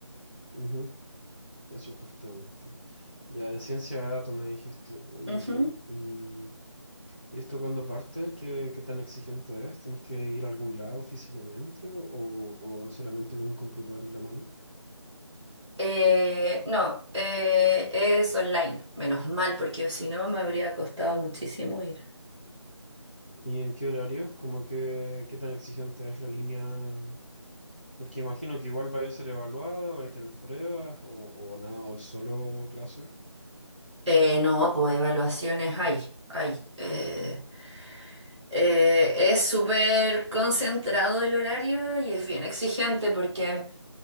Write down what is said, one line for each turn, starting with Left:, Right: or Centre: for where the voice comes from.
Left: Ujú, Eso justamente. Ya, de ciencia de datos me dijiste. Oye,
Centre: Ujú.
Left: y, ¿Y esto cuando parte? ¿Qué, qué tan exigente es? ¿Tenés que ir a algún lado físicamente o, o solamente con un computador en la mano?
Centre: Eh, no, eh, es online, menos mal, porque si no me habría costado muchísimo ir.
Left: ¿Y en qué horarios? como que, qué tan exigente es la línea? Porque imagino que igual vaya a ser evaluada, vaya a tener pruebas o, o nada, o es solo clase.
Centre: Eh, no, pues evaluaciones hay, hay. Eh, eh, es súper concentrado el horario y es bien exigente porque...